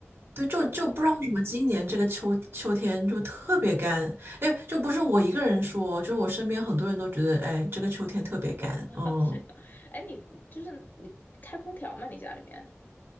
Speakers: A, on the right; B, on the left.
A: 对，就就不知道为什么今年这个秋秋天就特别干，
B: 不然的话不舒服。
A: 哎，就不是我一个人说，就是我身边很多人都觉得，哎，这个秋天特别干。
B: <laughs>
A: 嗯，
B: 是的，哎，你就是你开空调吗？你家里面？